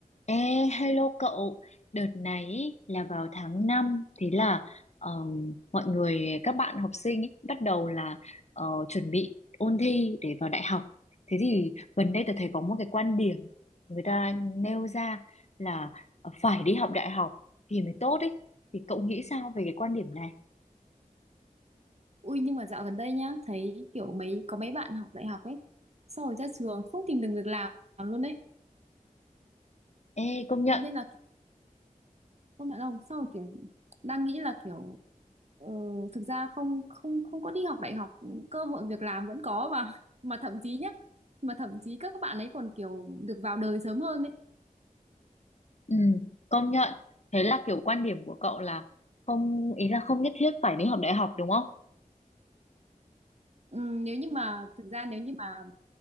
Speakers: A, on the left (about 50°); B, on the right (about 50°).
A: Ê, hello cậu, đợt này ý, là vào tháng 5, thế là ờm, mọi người các bạn học sinh ý, bắt đầu là ờ, chuẩn bị ôn thi để vào đại học. Thế thì gần đây tôi thấy có một cái quan điểm người ta nêu ra là ờ, phải đi học đại học thì mới tốt ấy. Thì cậu nghĩ sao về cái quan điểm này?
B: Ui nhưng mà dạo gần đây nhá, thấy kiểu mấy có mấy bạn học đại học ấy, sau rồi ra trường không tìm được việc làm luôn đấy.
A: Ê, công nhận,
B: Thế nên là không nhận lòng, sau rồi kiểu đang nghĩ là kiểu ờ, thực ra không không không có đi học đại học, cơ hội việc làm vẫn có mà <laughs> mà thậm chí nhá, mà thậm chí các bạn ấy còn kiểu được vào đời sớm hơn ấy.
A: ừ, công nhận. Thế là kiểu quan điểm của cậu là không ý là không nhất thiết phải đi học đại học đúng không?
B: Ừm, nếu như mà thực ra nếu như mà